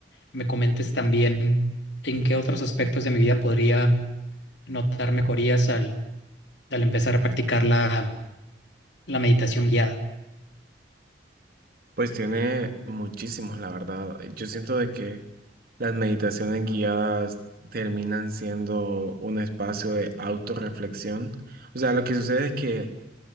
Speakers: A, on the left; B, on the right.
A: me comentes también en qué otros aspectos de mi vida podría notar mejorías al, al empezar a practicar la, la meditación guiada.
B: Pues tiene muchísimos, la verdad. Yo siento de que Las meditaciones guiadas terminan siendo un espacio de autorreflexión. O sea, lo que sucede es que,